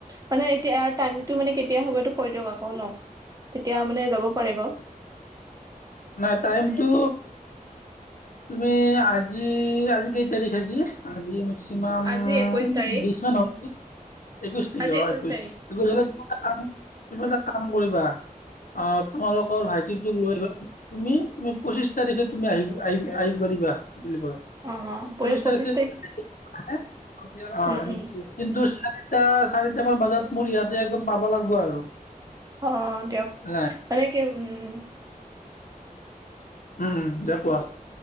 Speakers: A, on the right; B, on the left.
A: মানে এতিয়া আৰু টাইমটো মানে কেতিয়া হ'বটো কৈ দিয়ক আকৌ ন। তেতিয়া মানে যাব পাৰিব।
B: নাই টাইমটো তুমি আজি আজি কি তাৰিখ আজি আজি? মেক্সিমাম
A: আজি একৈশ তাৰিখ
B: বিশ মান হ'ল একৈশ নেকি
A: আজি
B: অ' একৈশ।
A: তাৰিখ
B: হ'লে তুমি এটা কাম তুমি এটা কাম কৰিবা অ' তোমালোকৰ ভাইটি লৈ পেলাই তুমি তুমি পঁচিশ তাৰিখে তুমি আহিব আহিবা আহিব দিবা কি বুলি কোৱা।
A: অ অ পৰি
B: পঁচিছ
A: পঁচিশ
B: তাৰিখে <unintelligible> অ'।
A: উম উম
B: কিন্তু চাৰিটা চাৰিটা মান বজাত মোৰ ইয়াতে একদম পাব লাগিব আৰু।
A: অ', দিয়ক
B: নাই
A: মানে কি উম উম উম।
B: উম, উম, দে কোৱা।